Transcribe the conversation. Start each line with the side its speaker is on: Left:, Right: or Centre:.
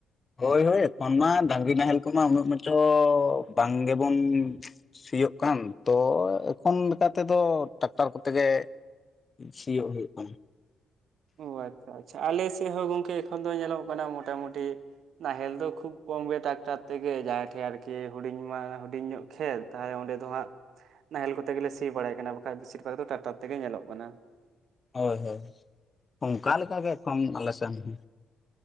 Left: ᱦᱳᱭ ᱦᱳᱭ ᱮᱠᱷᱚᱱ ᱢᱟ ᱰᱟᱝᱨᱤ ᱱᱟᱦᱮᱞ ᱠᱚᱢᱟ ᱩᱱᱟᱹᱜ ᱢᱟᱪᱚ ᱵᱟᱝ ᱜᱮᱵᱚᱱ ᱥᱤᱭᱳᱜ ᱠᱟᱱ, ᱛᱚ ᱮᱠᱷᱚᱱ ᱞᱮᱠᱟ ᱛᱮᱫᱚ ᱴᱟᱠᱴᱟᱨ ᱠᱚᱛᱮ ᱜᱮ᱾ ᱥᱤᱭᱳᱜ ᱦᱳᱭᱳᱜ ᱠᱟᱱᱟ᱾
Right: ᱚ ᱟᱪᱪᱷᱟ ᱟᱪᱪᱷᱟ, ᱟᱞᱮ ᱥᱮ ᱦᱚᱸ ᱜᱚᱝᱠᱮ ᱮᱠᱷᱚᱱ ᱫᱚ ᱧᱮᱞᱚᱜ ᱠᱟᱱᱟ ᱢᱚᱴᱟᱢᱩᱴᱤ ᱱᱟᱦᱮᱞ ᱫᱚ ᱠᱷᱩᱵ ᱠᱚᱢ ᱜᱮ ᱴᱟᱠᱴᱟᱨ ᱛᱮᱜᱮ ᱡᱟᱦᱟᱸᱭ ᱴᱷᱮ ᱟᱨᱠᱤ ᱦᱩᱰᱤᱧ ᱢᱟ ᱦᱩᱰᱤᱧ ᱧᱚᱜ ᱠᱷᱮᱨ ᱛᱟᱦᱚᱼᱮ ᱚᱸᱰᱮ ᱫᱚ ᱦᱟᱸᱜ ᱱᱟᱦᱮᱞ ᱠᱚᱛᱮ ᱜᱮᱞᱮ ᱥᱤ ᱵᱟᱲᱟᱭ ᱠᱟᱱᱟ ᱵᱟᱠᱷᱟᱡ ᱵᱮᱥᱤᱨ ᱵᱷᱟᱜᱽ ᱫᱚ ᱴᱟᱠᱴᱟᱨ ᱛᱮᱜᱮ ᱧᱮᱞᱚᱜ ᱠᱟᱱᱟ᱾
Left: ᱦᱳᱭ ᱦᱳᱭ, ᱚᱱᱠᱟ ᱞᱮᱠᱟ ᱜᱮ ᱮᱠᱷᱚᱱ ᱟᱞᱮ ᱥᱮᱱ ᱦᱚ᱾